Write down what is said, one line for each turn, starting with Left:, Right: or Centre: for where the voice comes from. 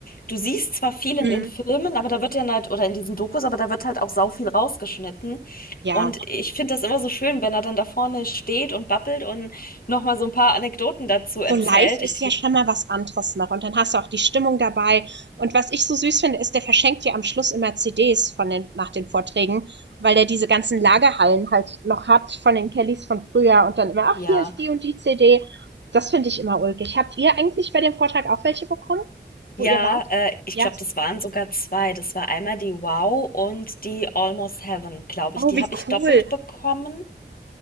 Left: du siehst zwar viel in
Right: Mhm.
Left: den Filmen, aber da wird ja halt, oder in diesen Dokus, aber da wird halt auch sau viel rausgeschnitten.
Right: Ja.
Left: Und ich finde das immer so schön, wenn er dann da vorne steht und babbelt und nochmal so ein paar Anekdoten dazu erzählt.
Right: so live ist
Left: Ich,
Right: ja schon mal was anderes noch. Und dann hast du auch die Stimmung dabei. Und was ich so süß finde, ist, der verschenkt dir am Schluss immer CDs von den, nach den Vorträgen, weil der diese ganzen Lagerhallen halt noch hat von den Kellys von früher und dann immer, ach,
Left: ja.
Right: hier ist die und die CD. Das finde ich immer ulkig. Habt ihr eigentlich bei dem Vortrag auch welche bekommen, wo
Left: Ja,
Right: ihr wart?
Left: äh, ich
Right: Ja.
Left: glaube, das waren sogar zwei. Das war einmal die Wow und die Almost Heaven, glaube
Right: Oh,
Left: ich. Die
Right: wie
Left: habe ich
Right: cool.
Left: doppelt bekommen.